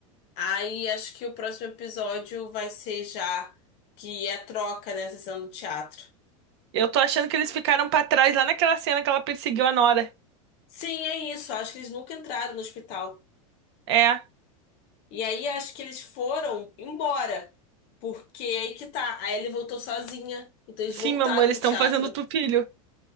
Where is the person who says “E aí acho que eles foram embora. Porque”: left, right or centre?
Left